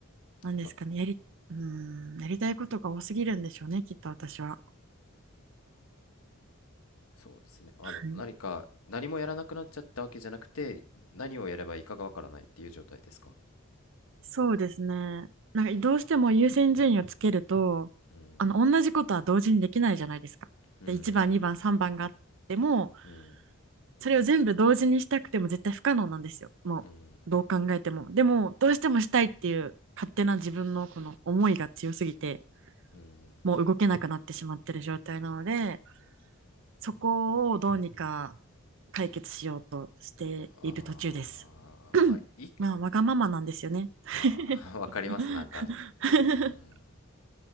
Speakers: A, on the right (about 65°); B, on the left (about 90°).
A: なんですかね、
B: まあ、
A: やり、うーん、やりたいことが多すぎるんでしょうね、きっと私は。
B: そうですね。あの、
A: はい
B: 何か、何もやらなくなっちゃったわけじゃなくて、何をやればいいかがわからないっていう状態ですか
A: そうですね。なんかどうしても優先順位をつけると、
B: うん
A: あの同じことは同時にできないじゃないですか。
B: うん
A: で、1番、2番、3番があっても、
B: うん
A: それを全部同時にしたくても絶対不可能なんですよ。もう、
B: うん
A: どう考えても。でも、どうしてもしたいっていう勝手な自分のこの思いが強すぎて、
B: うん
A: もう動けなくなってしまってる状態なので、そこをどうにか解決しようとしている途中です
B: ああまあい
A: <laughs>。<clears throat> まあ、わがままなんですよね <laughs>。
B: ああ <laughs> わかりますなんかうん